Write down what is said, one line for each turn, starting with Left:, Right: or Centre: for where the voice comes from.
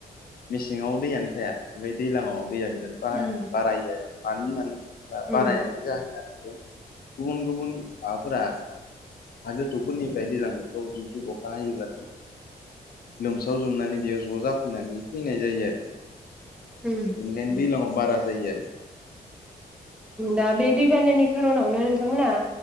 Left: मेसेङाव दैयानो थाया ओमफ्राय दैज्लाङाव दैया बिराद ब
Centre: उम
Left: बारायो आरो मानो होननानै बुङोब्ला
Centre: उम
Left: बारायनायनि जाहोन आरो गुबुन गुबुन माबाफोरा हा गोथौफोरनिफ्राय दैजां औ जुदि अखा हायोब्ला लोमसाव जोबनानै बेयाव ज' जाफैनानै फैनाय जायो आरो
Centre: उम
Left: बेनिखायनो दैज्लाङाव बारा जायो आरो
Centre: दा बे दैबानानि खार'नावनो नोंथांमोनहा